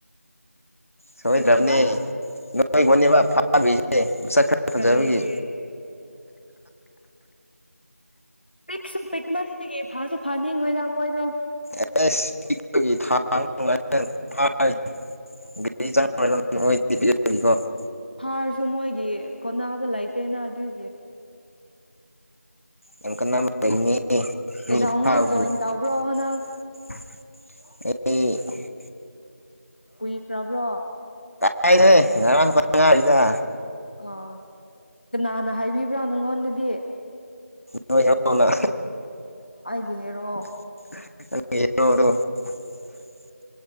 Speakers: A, on the left; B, on the left.
A: ꯁꯣꯏꯗꯕꯅꯦꯣꯏ
B: ꯀꯔꯤꯕ
A: ꯅꯣꯏꯕꯨꯅꯦꯕꯥ ꯥꯕꯤꯁꯦ ꯃꯁꯛ ꯈꯔ ꯐꯖꯕꯒꯤ
B: ꯀꯔꯤꯒꯤ ꯄꯤꯛꯁꯨ ꯄꯤꯛꯃꯟꯕꯒꯤ ꯐꯁꯨ ꯐꯅꯤ ꯉꯣꯏꯗ ꯃꯣꯏꯗꯣ
A: <unintelligible>
B: ꯍꯥꯔꯁꯨ ꯃꯣꯏꯒꯤ ꯀꯣꯟꯅꯕ ꯂꯩꯇꯦꯅ ꯑꯗꯨꯏ ꯌꯦ
A: ꯌꯥꯝ ꯀꯟꯅ <unintelligible> <unintelligible>
B: ꯀꯩꯗꯧꯉꯥꯏ ꯖꯣꯏꯟ ꯇꯧꯕ꯭ꯔꯣ ꯅꯪ ꯀꯨꯏꯈ꯭ꯔꯕ꯭ꯔꯣ
A: ꯀꯥꯏꯅꯦ ꯉꯔꯥꯡ ꯈꯄ ꯉꯥꯔꯤꯗ
B: ꯑ ꯀꯅꯥꯍꯥꯟꯅ ꯍꯥꯏꯕꯤꯕ꯭ꯔꯥ ꯅꯪꯉꯣꯟꯗꯗꯤ ꯗꯤ
A: ꯅꯣꯏ ꯍꯦꯔꯣ ꯅ
B: ꯦꯔꯣ
A: <unintelligible>